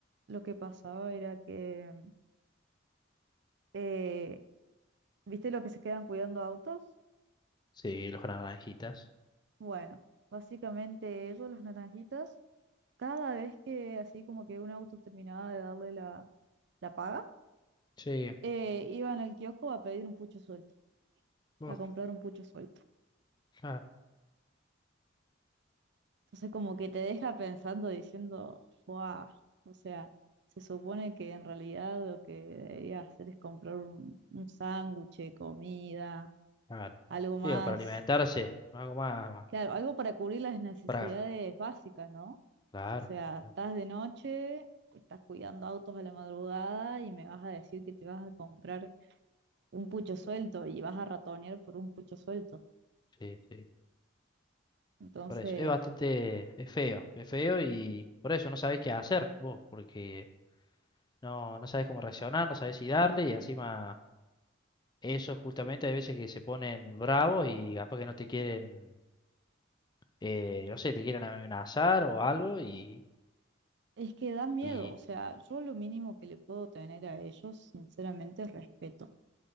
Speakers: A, on the right (about 55°); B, on the left (about 20°).
A: lo que pasaba era que, eh, ¿viste lo que se quedan cuidando autos?
B: sí, los naranjitas.
A: Bueno, básicamente ellos, los naranjitas, cada vez que así como que un auto terminaba de darle la, la paga,
B: Sí,
A: eh, iban al kiosco a pedir un pucho suelto,
B: vos,
A: a comprar un pucho suelto.
B: claro,
A: Entonces como que te deja pensando diciendo, wow, o sea, se supone que en realidad lo que debería hacer es comprar un, un sándwich, de comida,
B: claro.
A: algo más,
B: Digo, para alimentarse, algo más, más.
A: claro, algo para cubrir las necesidades
B: Para,
A: básicas, ¿no?
B: claro,
A: O sea,
B: claro,
A: estás de noche, estás cuidando autos a la madrugada y me vas a decir que te vas a comprar un pucho suelto y vas a ratonear por un pucho suelto.
B: sí, sí.
A: Entonces...
B: Por eso, es bastante, es feo, es feo y por eso no sabés qué hacer vos, porque no, no sabés cómo reaccionar, no sabés si darle y encima... Eso justamente hay veces que se ponen bravos y capaz que no te quieren, eh, no sé, te quieren amenazar o algo y,
A: Es que da miedo,
B: y
A: o sea, yo lo mínimo que le puedo tener a ellos, sinceramente, es respeto,